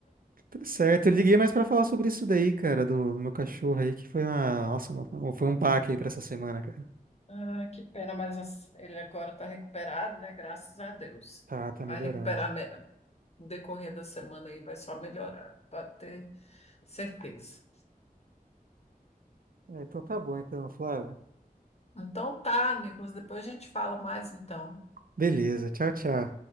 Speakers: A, on the right; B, on the left.
A: Tá certo. Eu liguei mais pra falar sobre isso daí, cara, do, do meu cachorro aí, que foi uma. Nossa, uma- foi um baque aí pra essa semana, cara.
B: Ah, que pena, mas as- ele agora está recuperado, né? Graças a Deus.
A: Tá, tá
B: Vai
A: melhorando.
B: recuperar me- no decorrer da semana e vai só melhorar, pode ter certeza.
A: É, então tá bom, então, Flávio.
B: Então tá, Nicolas, depois a gente fala mais então.
A: Beleza, tchau, tchau.